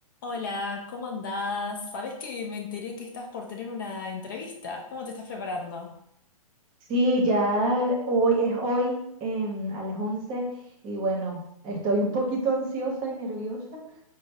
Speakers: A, on the left; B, on the right.
A: Hola, ¿cómo andás? Sabés que me enteré que estás por tener una entrevista. ¿Cómo te estás preparando?
B: Sí, ya hoy es hoy em, a las 11 y bueno, estoy un poquito ansiosa y nerviosa,